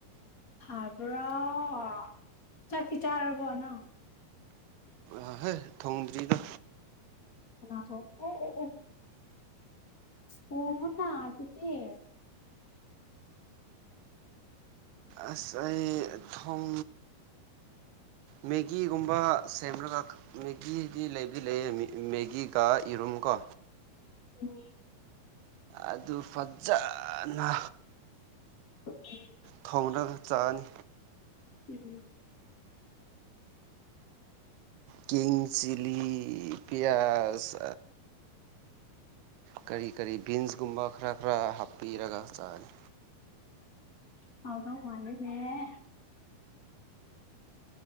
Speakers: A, on the left; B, on the right.
A: ꯍꯥꯥꯔꯕꯥ ꯆꯥꯛꯇꯤ ꯆꯥꯔꯕꯣ ꯅꯪ
B: ꯑ ꯍꯩ ꯊꯣꯡꯗ꯭ꯔꯤꯗ
A: ꯀꯅꯥꯊꯣꯡꯑꯣ ꯑꯣ ꯑꯣ ꯊꯣꯡꯉꯣꯅ ꯑꯗꯨꯗꯤ
B: ꯑꯁ ꯑꯩ ꯊꯨꯝ ꯃꯦꯒꯤꯒꯨꯝꯕ ꯁꯦꯝꯂꯒ ꯃꯦꯒꯤꯗꯤ ꯂꯩꯕꯗꯤ ꯂꯩꯌꯦ ꯃꯦꯒꯤꯒ ꯏꯔꯣ ꯔꯨꯝꯒꯣ
A: ꯎꯝ
B: ꯑꯗꯨ ꯐꯠꯖꯅ
A: ꯑ
B: ꯊꯣꯡꯔꯒ ꯆꯥꯅꯤ
A: ꯎꯝ
B: ꯀꯤꯡ ꯆꯤꯂꯤ ꯄꯤꯌꯥꯖ ꯀꯔꯤ ꯀꯔꯤ ꯕꯤꯟꯁꯒꯨꯝꯕ ꯈꯔ ꯈꯔ ꯍꯥꯞꯄꯤꯔꯒ ꯆꯥꯅꯤ
A: ꯍꯥꯎꯗꯧ ꯃꯥꯜꯂꯤꯅꯦ